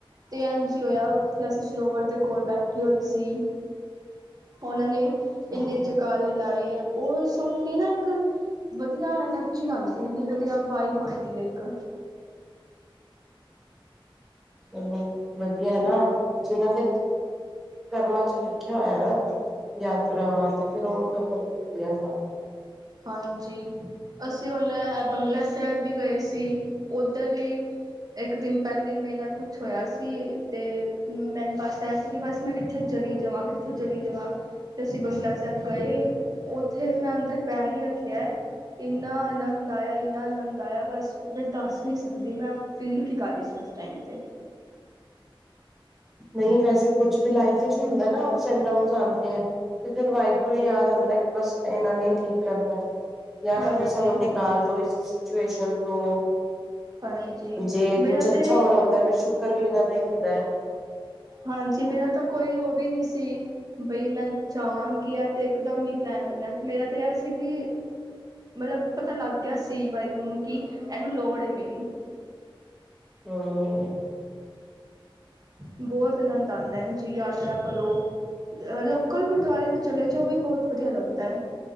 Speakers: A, on the right; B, in the centre.
A: ਤੇ ਐੰਜ ਹੀ ਹੋਇਆ ਉੱਥੇ ਅਸੀ ਸਰੋਵਰ ਦੇ ਕੋਲ ਬੈਠੇ ਹੋਏ ਸੀ, ਉਹਨਾਂ ਨੇ ਇੰਨੇ
B: ਹੂੰ,
A: ਜੈ ਕਾਰੇ ਲਾਏ, ਉਹ ਸੁਣ ਕੇ ਨਾ ਇੱਕ ਵਧੀਆ ਐਨਰਜੀ ਆਉਂਦੀ ਸੀ, ਇੰਨੀ ਵਧੀਆ ਵਾਈਬ ਆਉਂਦੀ ਹੈ, ਇੱਕ
B: ਚਲੋ, ਵਧੀਆ ਨਾ, ਜਿਹਨਾਂ ਤੇ ਕਰਮਾਂ ਚ ਲਿਖਿਆ ਹੋਇਆ ਨਾ ਯਾਤਰਾਵਾਂ, ਤੇ ਫਿਰ ਹੋ ਸਫਲ ਵੀ ਹੁੰਦੀਆਂ ਸਭ।
A: ਹਾਂਜੀ, ਅਸੀਂ ਹੁਨ ਬੰਗਲਾ ਸਾਹਿਬ ਵੀ ਗਏ ਸੀ, ਉੱਧਰ ਵੀ ਇੱਕ ਦਿਨ, ਪਹਿਲੇ ਈ ਮੇਰੇ ਨਾਲ ਕੁਛ ਹੋਇਆ ਸੀ, ਤੇ ਮੈਨੂੰ ਬਸ, ਐੰ ਸੀ ਕਿ ਬਸ ਮੈਂ, ਕਿੱਥੇ ਚਲੀ ਜਾਵਾਂ, ਕਿੱਥੇ ਚਲੀ ਜਾਵਾਂ। ਤੇ ਅਸੀਂ ਬੰਗਲਾ ਸਾਹਿਬ ਗਏ ਉੱਥੇ ਮੈਂ ਅੰਦਰ ਪੈਰ ਹੀ ਰੱਖਿਆ। ਇੰਨਾ ਆਨੰਦ ਆਇਆ ਇੰਨਾ ਆਨੰਦ ਆਇਆ ਬਸ। ਮੈਂ ਦੱਸ ਨਹੀਂ ਸਕਦੀ ਮੈਂ ਫੀਲ ਕੀ ਕਰ ਰਹੀ ਸੀ ਉਸ ਟਾਈਮ 'ਤੇ
B: ਨਹੀਂ ਵੈਸੇ ਕੁਛ ਵੀ ਲਾਈਫ ਵਿੱਚ ਹੁੰਦਾ ਨਾ ਆਪ ਐਂਡ ਡਾਊਨ ਆਉਂਦੇ ਐ। ਤੇ ਫਿਰ ਵਾਹਿਗੁਰੂ ਹੀ ਯਾਦ ਆਂਦਾ ਕਿ ਬਸ ਇਹਨਾ ਨੇ ਠੀਕ ਕਰਨਾ ਜਾਂ
A: ਹਾਂਜੀ
B: ਤਾਂ ਫਿਰ ਸਾਨੂੰ ਨਿਕਾਲ ਦੋ ਇਸ ਸਿਚੁਏਸ਼ਨ ਤੋਂ
A: ਹਾਂਜੀ
B: ਜੇ
A: ਮੇਰਾ
B: ਕੁੱਝ ਅੱਛਾ
A: ਤਾਂ
B: ਹੋਰ ਆਂਦਾ ਫਿਰ ਸ਼ੁਕਰ ਵੀ ਇਹਨਾਂ ਦਾ ਹੀ ਹੁੰਦਾ।
A: ਹਾਂਜੀ ਮੇਰਾ ਤਾਂ ਕੋਈ ਉਹ ਵੀ ਨਹੀਂ ਸੀ। ਬਈ ਮੈਂ ਜਾਵਾਂਗੀ ਆ ਤੇ ਇੱਕਦਮ ਹੀ ਪਲੈਨ ਬਣਿਆ ਮੇਰਾ ਤੇ ਇਹ ਸੀ ਕਿ ਮਤਲਬ ਪਤਾ ਲੱਗ ਗਿਆ ਸੀ ਵਾਹਿਗੁਰੂ ਨੂੰ ਕਿ ਇਹਨੂੰ ਲੋੜ ਹੈ ਮੇਰੀ
B: ਹੂੰ,
A: ਬਹੁਤ ਆਨੰਦ ਆਂਦਾ ਜੀ ਯਾਤਰਾ ਕਰੋ ਅ ਲੋਕ ਕੋਲ ਗੁਰਦੁਆਰੇ ਵੀ ਚਲੇ ਜੋ ਵੀ ਬਹੁਤ ਵਧੀਆ ਲੱਗਦਾ।